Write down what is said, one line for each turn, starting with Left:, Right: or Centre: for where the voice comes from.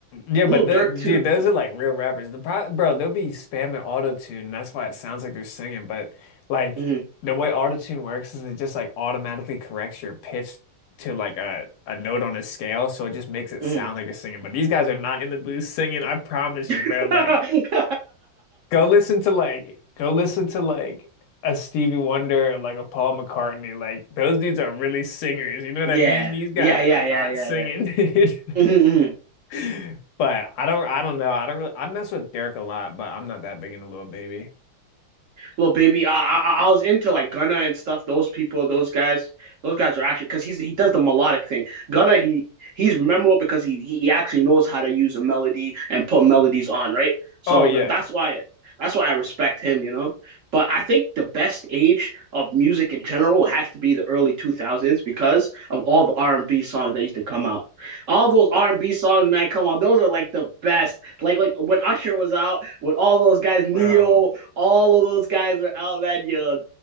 Left: Yeah,
Right: Little
Left: but the,
Right: Dirk
Left: dude,
Right: too.
Left: those are like real rappers. The pro, bro, they'll be spamming auto tune, and that's why it sounds like they're singing. But like
Right: hmm
Left: the way auto tune works is it just like automatically corrects your pitch to like a a note on a scale, so it just makes it
Right: hmm
Left: sound like you're singing. But these guys are not in the booth singing. I promise you, bro.
Right: <laughs>
Left: Like. Go listen to like go listen to like a Stevie Wonder or like a Paul McCartney. Like those dudes are really singers. You know what
Right: yeah.
Left: I mean? These guys
Right: Yeah,
Left: are
Right: yeah,
Left: not
Right: yeah, yeah,
Left: singing,
Right: yeah.
Left: dude.
Right: hmm hmm
Left: <laughs> But I don't I don't know. I don't really I mess with Derek a lot, but I'm not that big into Lil Baby.
Right: little baby. I, I, I was into like Gunna and stuff. Those people, those guys, those guys are actually because he's he does the melodic thing. Gunna, he he's memorable because he he actually knows how to use a melody and put melodies on, right? So
Left: Oh yeah,
Right: that's why that's why I respect him, you know. But I think the best age of music in general has to be the early 2000s because of all the R&B songs that used to come out. All those R&B songs, man, come on, those are like the best. Like like when Usher was out with all those guys, Neo,
Left: bro.
Right: all of those guys are out that yo.